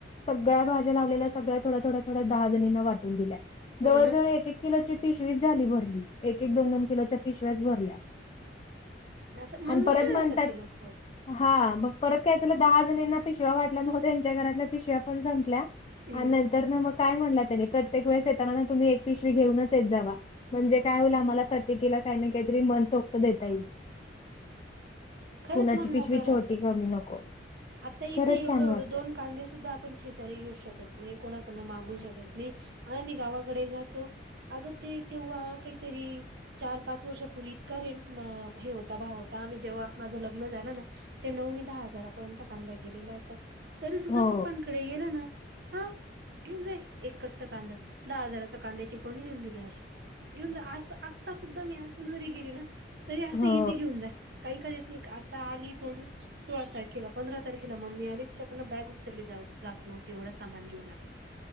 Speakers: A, on the left; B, on the right.
A: सगळ्या भाज्या लागलेल्या सगळ्या थोड्या थोड्या थोड्या दहा जणींना वाटून दिल्या.
B: हो
A: जवळ
B: ना
A: जवळ एक एक किलोची पिशवीच झाली भरली एक एक दोन दोन किलोच्या पिशव्याच भरल्या
B: असं
A: आणि
B: मनमोकळे
A: परत म्हणतात
B: <unintelligible>
A: हा मग परत काय झालं दहा जणींना पिशव्या वाटल्या म्हणून त्यांच्या घरातल्या पिशव्या पण संपल्या.
B: हम्म
A: आणि नंतर ना मग काय म्हणलंय त्यानी प्रत्येक वेळेस येताना ना तुम्ही एक पिशवी घेऊनच येत जावा. म्हणजे काय होईल आम्हाला प्रत्येकीला काही ना काहीतरी मन चोक्त देता येईल.
B: खरंच
A: कुणाची
B: मन मोकळं
A: पिशवी
B: राहतं
A: छोटी कमी नको.
B: आता इथे
A: खरंच
B: एवढं
A: छान
B: एवढं
A: वाटतंय.
B: दोन कांदे सुद्धा आपण शेजारी घेऊ शकत नाही कोणाकडन मागू शकत नाही. आणि गावाकडे जातो अग ते तेव्हा काहीतरी चार पाच वर्ष पूर्वी इतका रे हे होता भाव होता आम्ही जेव्हा माझं लग्न झालं ना ते नऊनी दहा हजारापर्यंत कांदा गेलेला होता तरी सुद्धा
A: हो,
B: पप्पा कडे गेला ना हा घेऊन जाई एक कट्ट कांदा दहा हजाराचा कांद्याची गोणी देऊन दिली अशीच. घेऊन जा अस आत्ता सुद्धा मी अजून जरी गेली ना तरी असं
A: हो,
B: इझी घेऊन जा. काही कध येत नाही आता आली दोन. सोळा तारखेला पंधरा तारखेला मम्मी आली तिच्याकडन बॅग उचलली जाऊ जात नव्हती येवढं सामान घेऊन आली.